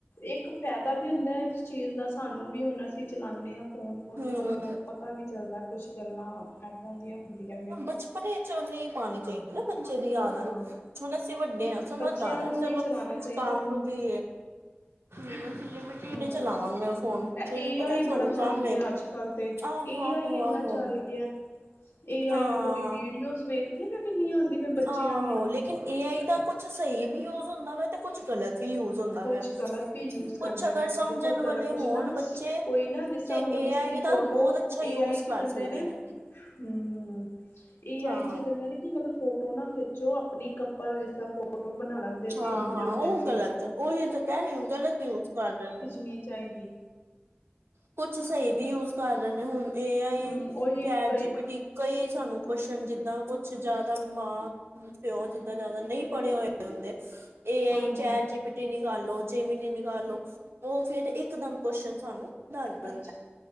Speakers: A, on the left; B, on the right.
A: ਇੱਕ ਫੈਦਾ ਵੀ ਹੁੰਦਾ ਹੈ ਉਸ ਚੀਜ਼ ਦਾ ਸਾਨੂੰ ਵੀ ਹੁਣ ਅਸੀਂ ਚਲਾਨੇ ਆ ਫੋਨ- ਫੁਨ
B: ਹੂੰ
A: ਥੋੜ੍ਹਾ ਬੋਤ ਪਤਾ ਵੀ ਚੱਲਦਾ ਕੁਛ ਗੱਲਾਂ ਏਦਾ ਦੀਆਂ ਹੁੰਦੀਆਂ ਨੇ।
B: ਪੰਜਚਪ ਚਨੀ ਪਾਣੀ ਚਾਹੀ ਏ ਬੱਚੇ ਦੀ ਆਦਤ,
A: ਹਾਂ
B: ਹੁਣ ਅਸੀਂ ਵੱਡੇ ਹਾਂ ਸਾਨੂੰ
A: ਬੱਚਿਆਂ
B: ਬਾਹਰ
A: ਨੂੰ
B: ਚਲੋ
A: ਨਹੀਂ ਚਲਾਉਣਾ
B: ਕੋਈ
A: ਚਾਹੀਦਾ
B: ਕੰਮ ਨੂੰ ਜੀ ਕਿਵੇਂ,
A: ਹਾਂ
B: ਚਲਾਵਾ ਗੀ ਮੈਂ ਫੋਨ ਫਿਰ
A: ਏ
B: ਪਤਾ
A: ਆਈ ਬੜਾ
B: ਸਾਨੂੰ
A: ਚੱਲ
B: ਕੰਮ ਏ।
A: ਗਿਆ ਅੱਜ ਕੱਲ੍ਹ ਤੇ
B: ਆਹੋ-
A: ਏ
B: ਆਹੋ
A: ਆਈ ਇੰਨਾ
B: -ਆਹੋ -ਆਹੋ।
A: ਚੱਲ ਗਿਆ ਏ ਆਈ
B: ਹਾਂ
A: ਨਾਲ ਕਦੀ ਵੀਡੀਓਜ਼ ਵੇਖਦੀ ਮੈਂ ਕਿੰਨੀਆਂ ਆਂਦੀਆਂ ਪਈਆਂ ਬੱਚੇਆਂ
B: ਆਹੋ
A: ਦੀਆਂ
B: ਲੇਕਿਨ, ਏ ਆਈ ਦਾ ਕੁਛ ਸਹੀ ਵੀ ਯੂਜ਼ ਹੁੰਦਾ ਵਾ, ਤੇ ਕੁਛ ਗਲਤ। ਵੀ ਯੂਜ ਹੁੰਦਾ
A: ਕੁਛ
B: ਵਾ,
A: ਗਲਤ ਵੀ ਯੂਜ
B: ਕੁਛ
A: ਕਰਦੇ
B: ਅਗਰ
A: ਮੈਨੇ
B: ਸਮਝਣ
A: ਬਹੁਤ
B: ਵਾਲੇ
A: ਗਲਤ ਕੁਛ
B: ਹੋਣ
A: ਨਾ
B: ਬੱਚੇ
A: ਕੋਈ ਨਾ ਜਿਸ
B: ਤੇ
A: ਤਰ੍ਹਾਂ
B: ਏ,
A: ਹੁਣ
B: ਏ
A: ਕਿਸੇ
B: ਆਈ
A: ਦੀ
B: ਦ
A: ਫੋਟੋ
B: ਬੋਤ ਅੱਛਾ ਯੂਜ
A: ਏ ਆਈ ਚ
B: ਕਰ
A: ਕਹਿੰਦੇ
B: ਸਕਦੇ ਨੇ।
A: ਹੂੰ, ਏ
B: ਹਾਂ।
A: ਆਈ ਚ' ਕੇਂਦੇ ਨੇ ਕਿ ਮਤਲਬ ਫੋਟੋ ਨਾ ਖਿੱਚੋ ਆਪਣੀ ਕਪਲ ਜਿਸ ਤਰਾ ਫੋਟੋ ਬਣਾ ਲੈਂਦੇ ਸੀ
B: ਹਾਂ-ਹਾਂ
A: ਆਂਦੇ ਹੁੰਦੇ
B: ਉਹ
A: ਸੀ।
B: ਗ਼ਲਤ ਉਹੀ ਤਾਂ ਕੈ ਰਈ ਹੂੰ ਗਲਤ ਯੂਜ਼ ਕਰ ਰਹੇ ਨੇ।
A: ਨਈ ਚਾਈਦੀ।
B: ਕੁਛ ਸਹੀ ਵੀ ਯੂਜ ਕਰ ਰਹੇ ਨੇ ਹੁਣ ਏ ਆਈ,
A: ਹੂੰ ਉਹੀ
B: ਚੈਟ
A: ਕਈ
B: ਜੀ ਪੀ ਟੀ ਕਈ ਸਾਨੂੰ ਕੋਸ਼ਨ ਜਿੱਦਾ ਕੁਛ ਜ਼ਿਆਦਾ ਮਾਂ ਪਿਓ ਜਿੱਦਾ ਜਾਦਾ ਨਹੀਂ ਪੜ੍ਹੇ ਹੋਏ ਹੁੰਦੇ ਏ ਆਈ
A: ਹਾਂਜੀ
B: ਚੈਟ ਜੀ ਪੀ ਜੈ਼ਮਨੀ ਨਿਕਾਲੋ ਜੇ਼ਮਨੀ ਨਿਕਾਲੋ ਉਹ ਫੇਰ ਇੱਕ ਦਮ ਕੋਸ਼ਨ ਸਾਨੂੰ ਦੱਸ ਦਿੰਦਾ
A: ਅੱਛਾ